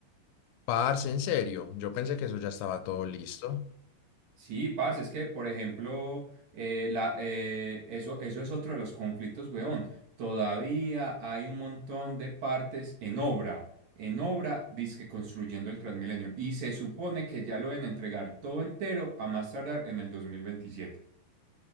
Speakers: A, on the left; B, on the right.
A: Parce, en serio, yo pensé que eso ya estaba todo listo.
B: Sí, parce, es que, por ejemplo, eh, la, eh, eso, eso es otro de los conflictos, weón. Todavía hay un montón de partes en obra, en obra, dizque construyendo el Transmilenio. Y se supone que ya lo deben entregar todo entero a más tardar en el 2027.